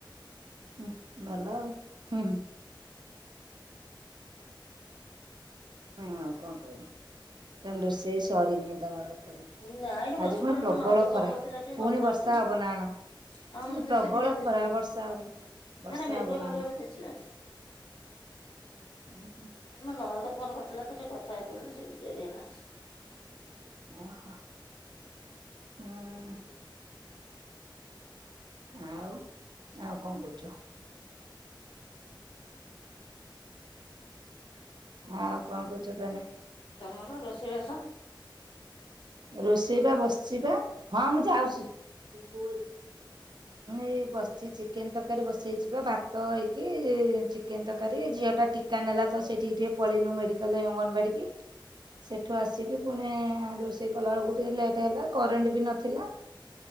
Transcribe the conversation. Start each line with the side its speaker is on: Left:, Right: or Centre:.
Right: ହୁଁ ଭଲ ଆଉ ହୁଁ ହୁ। ହଁ ଆଉ କଣ କରି ତାହାଲେ ରୋଷେଇ ସରିନି ତମର। ପର୍ଯ୍ୟନ୍ତ,
Left: ନାଇଁରେ ବସି
Right: ଆଜି ପୁଣି
Left: ପଡ଼ିଲୁ
Right: ପ୍ରବଳ
Left: ପା ନଣନ୍ଦ ଫୋନ
Right: ଖରା
Left: କରିଥିଲା ଟିକେ
Right: ପୁଣି
Left: କଥା
Right: ବର୍ଷା
Left: ହଉଥିଲି।
Right: ହବ ନା କଣ। ମାନେ
Left: ହଁ
Right: ପ୍ରବଳ
Left: ସେମିତିଆ ଦିଶୁଚି
Right: ଖରା ବର୍ଷା ହବନି
Left: ନା
Right: ବର୍ଷା
Left: ମେଘୁଆ
Right: ହବ ନା କଣ।
Left: <unintelligible>
Right: ହୁଁ ହୁଁ।
Left: ଆମ ନଣନ୍ଦ ଫୋନ କରିଥିଲା ତ, ଟିକେ କଥା ହେଇ ପଡିଲି ସେଇଠୁ ଡେରି ହେଲା।
Right: ଓହୋ ହୁଁ। ଆଉ ଆଉ କଣ କହୁଛ। ଆଉ କଣ କୋହୁଛ ତାନେ।
Left: ତମର ରୋଷେଇବାସ।
Right: ରୋଷେଇ ବା ବସିଚି ବା ହଁ ମୁଁ ଯାଉଛି। ହୁଁ ଏଇ ବସିଛି। ଚିକେନ ତରକାରୀ ବସେଇଛିି ବା ଭାତ ହେଇକି ଚିକେନ ତରକାରୀ। ଝିଅ ଟା ଟିକା ନେଲା ତ ସେଇଠିକି ଟିକେ ପଳେଇନୁ ମେଡିକାଲ ଅଙ୍ଗନବାଡି କି? ସେଠୁ ଆସିକି ପୁଣି ରୋଷେଇ କଲାବେଳକୁ ଟିକିଏ ଲେଟ୍ ହେଲା। କରେଣ୍ଟ ବି ନଥିଲା।